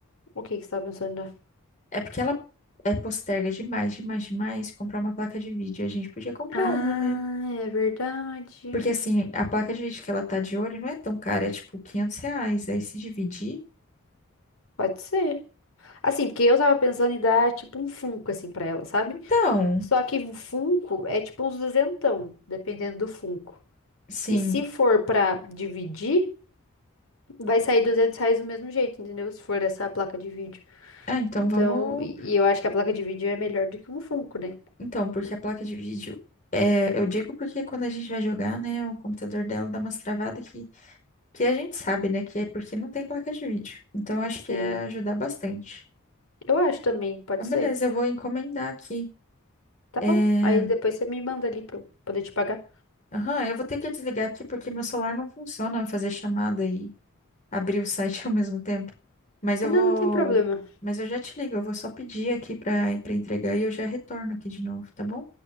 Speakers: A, on the left; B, on the left.
A: O que que você tá pensando em dar?
B: É porque ela é posterga demais, demais, demais comprar uma placa de vídeo. A gente podia comprar
A: Ah,
B: uma, né?
A: é verdade.
B: Porque assim, a placa de vídeo que ela tá de olho não é tão cara, é tipo 500 reais. Aí se dividir.
A: Pode ser. Assim, porque eu tava pensando em dar tipo um Funko, assim, pra ela, sabe?
B: Então.
A: Só que o Funko é tipo uns duzentão, dependendo do Funko.
B: Sim.
A: E se for pra dividir, vai sair 200 reais do mesmo jeito, entendeu? Se for essa placa de vídeo.
B: Ah, então
A: Então,
B: vamos.
A: e e eu acho que a placa de vídeo é melhor do que um Funko, né?
B: Então, porque a placa de vídeo. É, eu digo porque quando a gente vai jogar, né, o computador dela dá umas travadas que, que a gente sabe, né, que é porque não tem placa de vídeo. Então, acho que
A: Sim.
B: ia ajudar bastante.
A: Eu acho também, pode
B: Então,
A: ser.
B: beleza, eu vou encomendar aqui.
A: Tá
B: É,
A: bom. Aí depois você me manda ali pra eu poder te pagar.
B: Aham, eu vou ter que desligar aqui porque meu celular não funciona fazer chamada e abrir o site <laughs> ao mesmo tempo. Mas eu
A: Ah, não,
B: vou.
A: não tem problema.
B: Mas eu já te ligo, eu vou só pedir aqui pra, pra entregar e eu já retorno aqui de novo, tá bom?